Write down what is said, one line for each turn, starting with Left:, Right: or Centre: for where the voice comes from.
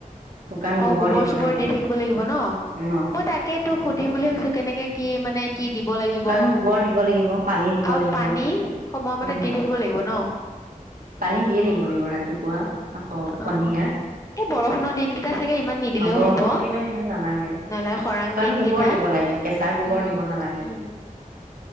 Right: শুকান
Left: অ গোবৰ
Right: দিব
Left: চোবৰ
Right: লাগে
Left: দি থাকিব লাগিব ন
Right: অ
Left: মই তাকে তোক সুধিম বুলি ভাবিছো কেনেকে কি মানে। কি দিব লাগিব
Right: শুকান গোবৰ দিব লাগিব। পানী দিব
Left: আৰু
Right: লাগিব।
Left: পানী সময়মতে
Right: উম
Left: দি থাকিব লাগিব ন?
Right: পানী দিয়ে থাকিব লাগিব ৰাতিপুৱা আকৌ সন্ধিয়া
Left: অ এই বৰষুণৰ দিনকেইটা চাগে ইমান নিদিলেও
Right: অ বৰষুণৰ
Left: হ'ব
Right: দিনত ইমান নালাগে। শুকান
Left: নহলে খৰাং দিনকেইটাত
Right: গোবৰ দিব লাগে কেঁচা গোবৰ
Left: উম
Right: দিব নালাগে।
Left: উম